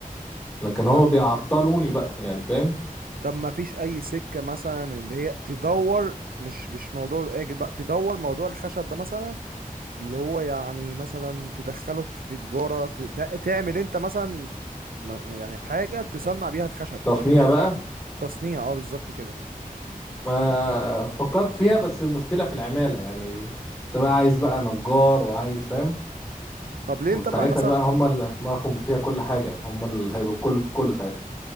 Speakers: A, on the left; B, on the right.
A: لكن هو
B: آه،
A: بيعطلوني بقى يعني فاهم
B: طب ما فيش اي سكة مثلا اللي هي تدور مش مش موضوع الاجل بقى تدور موضوع الخشب ده مثلا اللي هو يعني مثلا تدخله في تجارة ت- تع- تعمل انت مثلا ما- يعني حاجة تصنع بيها الخشب
A: تصنيع بقى
B: التصنيع اه بالظبط كده
A: ما فكرت فيها بس المشكله في العماله يعني انت بقى عايز بقى نجار وعايز فاهم
B: طب ليه
A: وساعتها
B: انت ما مثلا
A: بقى هم اللي معهم فيها كل حاجة هم اللي هيبقوا الكل في الكل ساعتها